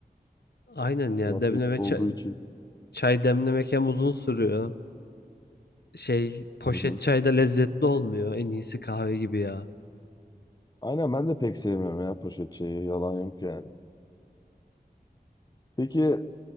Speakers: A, on the left; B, on the left.
A: Aynen ya
B: Daha
A: demleme
B: pratik olduğu
A: çay,
B: için.
A: çay demlemek hem uzun sürüyor. Şey poşet
B: Hı hı.
A: çay da lezzetli olmuyor. En iyisi kahve gibi ya.
B: Aynen ben de pek sevmiyorum ya poşet çayı. Yalan yok yani. Peki